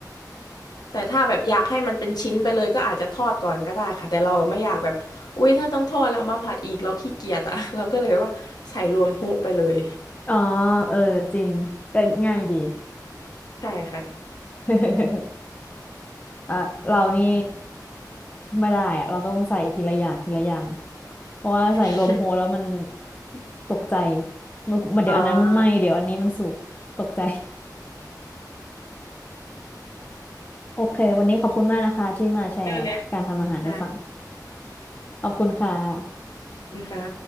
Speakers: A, on the left; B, on the left.
A: แต่ถ้าแบบอยากให้มันเป็นชิ้นไปเลยก็อาจจะทอดก่อนก็ได้ค่ะแต่เราไม่อยากแบบอุ๊ยถ้าต้องทอดแล้วเอามาผัดอีกเราขี้เกียจอะ <laughs> เราก็เลยว่าใส่รวมฮุไปเลย
B: อ๋อเออจริงก็ง่ายดี
A: ใช่ค่ะ
B: <laughs> อ่ะเรานี่ไม่ได้อะเราต้องใส่ทีละอย่างทีละอย่างเพราะว่าใส่รวมโฮแล้วมัน
A: <laughs>
B: ตกใจมันมันเดี๋ยวอันนั้นมันไหม้เดี๋ยวอันนี้มันสุกตกใจ
A: อ่า
B: โอเควันนี้ขอบคุณมากนะคะที่มาแชร์การทำอาหารในฝั่ง
A: ได้เลยค่ะได้
B: <laughs> ขอบคุณค่ะ
A: ขอบคุณค่ะ